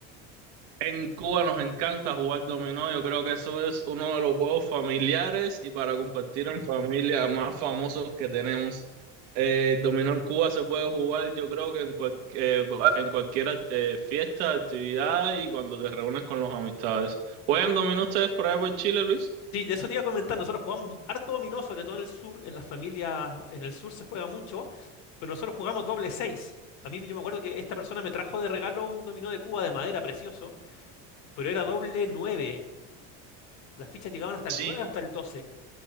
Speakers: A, on the right; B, on the left.
A: En Cuba nos encanta jugar dominó. Yo creo que eso es uno de los juegos familiares y para compartir en familia más famosos que tenemos. Eh, el dominó en Cuba se puede jugar, yo creo que en, cual- eh, en cualquier eh, fiesta, actividad y cuando te reúnes con los amistades. ¿Juegan dominó ustedes por allá por Chile, Luis?
B: Sí, de eso te iba a comentar. Nosotros jugamos harto dominó, sobre todo en el sur. En las familias, en el sur se juega mucho, pero nosotros jugamos doble seis. A mí yo me acuerdo que esta persona me trajo de regalo un dominó de Cuba de madera precioso, pero era doble nueve. Las fichas llegaban hasta
A: Sí,
B: el nueve o hasta el doce.